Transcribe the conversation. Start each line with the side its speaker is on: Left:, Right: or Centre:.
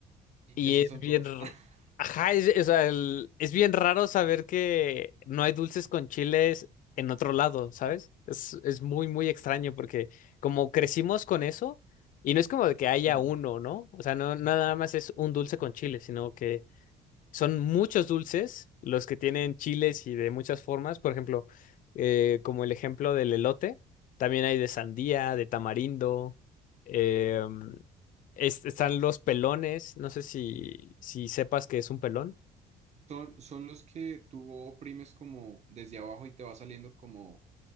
Right: y
Left: Y
Right: que así
Left: es
Right: son
Left: bien,
Right: todos.
Left: r-
Right: <laughs>
Left: ajá, es, o sea, el- es bien raro saber que no hay dulces con chiles en otro lado, ¿sabes? Es, es muy, muy extraño porque como crecimos con eso, y no es como de que haya
Right: Mm.
Left: uno, ¿no? O sea, no no nada más es un dulce con chile, sino que son muchos dulces los que tienen chiles y de muchas formas. Por ejemplo, eh, como el ejemplo del elote, también hay de sandía, de tamarindo. eh, es- están los pelones. No sé si, si sepas que es un pelón.
Right: Son, son los que tú oprimes como desde abajo y te va saliendo como,